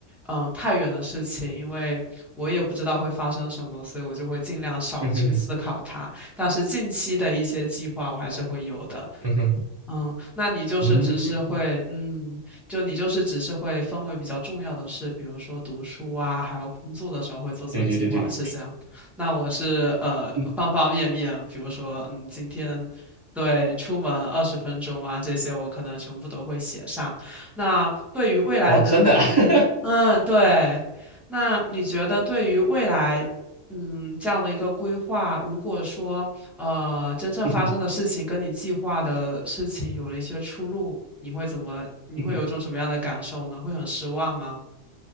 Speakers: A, in the centre; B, on the right.
A: 嗯，太远的事情，因为我也不知道会发生什么，所以我就会尽量少去思考它。
B: 嗯哼，
A: 但是近期的一些计划，我还是会有的。
B: 嗯哼，
A: 嗯，那你就是只是会，
B: 嗯，
A: 嗯，就你就是只是会分为比较重要的事，比如说读书啊，还有工作的时候会做做计划，
B: 对对对对，
A: 是这样。那我是呃方方面面，
B: 嗯，
A: 比如说，嗯，今天对，出门二十分钟啊，这些我可能全部都会写上。那对于未来的，
B: 哦，真的啊，
A: 嗯嗯，
B: <laughs>
A: 对，那你觉得对于未来，嗯，这样的一个规划，如果说呃真正发生的事情跟你计划的事情有了一些出入，
B: 嗯哼，
A: 你会怎么？你会有种什么样的感受呢？
B: 嗯哼。
A: 会很失望吗？